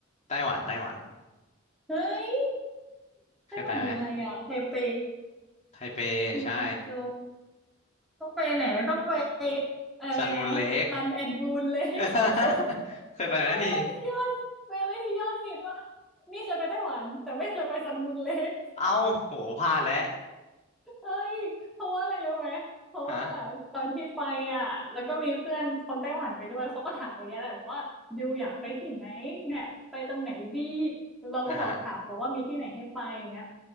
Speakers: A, on the left; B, in the centre.
A: ไต้หวันไต้หวัน
B: เฮ้ย
A: เคยไปไหม
B: ไต้หวันมีอะไรอ่ะไทเป
A: ไทเปใช่
B: มีแมวโจรต้องไปไหนต้องไปอะไรนะซันแอนด์มูนเลค
A: ซันมูนเลค <laughs>
B: <laughs>
A: เคยไปไหมพี่
B: เป็นอะไรที่ยอดเป็นอะไรที่ยอดฮิตว่ากนี่เคยไปไต้หวันแต่ไม่เคยไปซันมูนเลค
A: เอ้าโหพลาดแล้ว
B: เฮ้ยเพราะว่าอะไรรู้ไหมเพราะว่าตอนที่ไปอ่ะแล้วก็มีเพื่อนคนไต้หวันไปด้วยแล้วเขาก็ถามอย่างเงี้ยแหละบอกว่าดิวอยากไปที่ไหนเนี่ยไปตรงไหนดี
A: ฮะ
B: แล้วเราก็บอกถามเขาว่ามีที่ไหนให้ไปอย่างเงี้ย
A: อ่าฮะ